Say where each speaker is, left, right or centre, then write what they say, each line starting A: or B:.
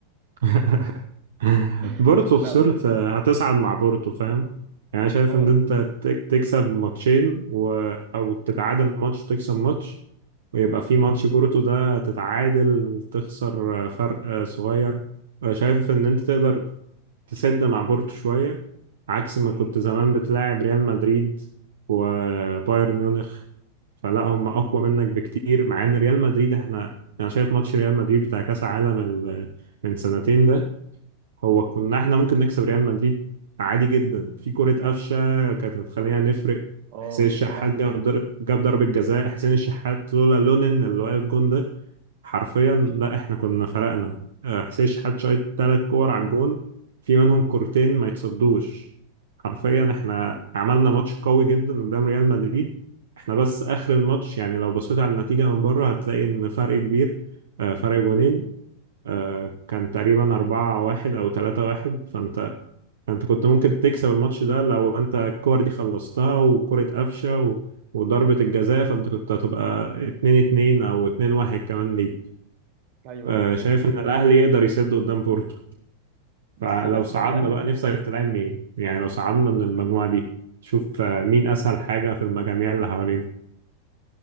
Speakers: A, on the right; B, on the right.
A: <laughs> بورتو
B: <laughs> لا
A: خسرت
B: بقى.
A: هتصعد مع بورتو فاهم يعني شايف
B: اه
A: ان انت تك- تكسب ماتشين و... او تتعادل ماتش وتكسب ماتش ويبقى في ماتش بورتو ده تتعادل تخسر آه، فرق آه، صغير آه، شايف ان انت تقدر تسد مع بورتو شوية عكس ما
B: امم
A: كنت زمان بتلاعب ريال مدريد وبايرن ميونخ فلا هم
B: امم
A: اقوى منك بكتير مع ان ريال مدريد احنا انا شايف ماتش ريال مدريد بتاع كاس عالم ال- من سنتين ده هو كنا احنا ممكن نكسب ريال مدريد عادي جدا في كرة قفشة كانت هتخلينا نفرق
B: اه
A: حسين الشحات
B: يا لهوي
A: جاب در... جاب ضربة جزاء حسين الشحات لولا لونين اللي واقف جون ده حرفيا لا احنا كنا فرقنا آه، حسين الشحات شايط ثلاث كور على الجون في منهم كورتين ما يتصدوش حرفيا احنا عملنا ماتش قوي جدا قدام ريال مدريد احنا بس اخر الماتش يعني لو بصيت على النتيجة من بره هتلاقي ان فرق كبير آه، فرق جونين آه، كان تقريبا أربعة واحد أو تلاتة واحد فأنت أنت كنت ممكن تكسب الماتش ده لو أنت الكور دي خلصتها وكرة قفشة و... وضربة الجزاء فأنت كنت هتبقى اتنين اتنين أو اتنين واحد كمان ليك
B: ايوه
A: آه،
B: دي حقيقة
A: شايف إن الأهلي يقدر يسد قدام بورتو
B: بس
A: فلو
B: للاسف
A: صعدنا
B: الاهلي
A: بقى نفسك تلعب مين يعني لو صعدنا من المجموعة دي شوف آه، مين أسهل حاجة في المجاميع اللي حوالينا